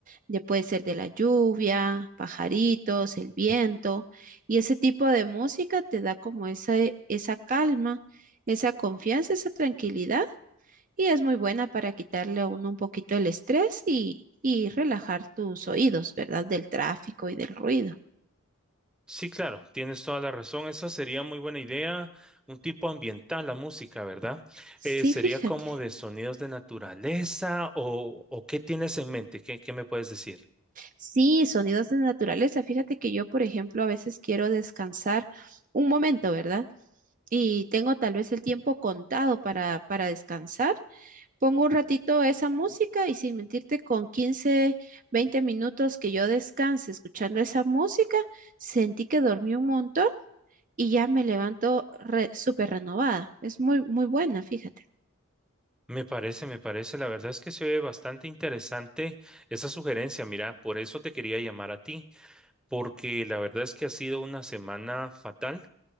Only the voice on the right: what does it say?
de, puede ser de la lluvia, pajaritos, el viento, y ese tipo de música te da como esa, esa calma, esa confianza, esa tranquilidad, y es muy buena para quitarle a uno un poquito el estrés y, y relajar tus oídos, ¿verdad? Del tráfico y del ruido.
Sí,
fíjate.
Sí, sonidos de naturaleza. Fíjate que yo, por ejemplo, a veces quiero descansar un momento, ¿verdad? Y tengo tal vez el tiempo contado para, para descansar. Pongo un ratito esa música y sin mentirte, con 15, 20 minutos que yo descanse escuchando esa música, sentí que dormí un montón y ya me levanto re- súper renovada. Es muy, muy buena, fíjate.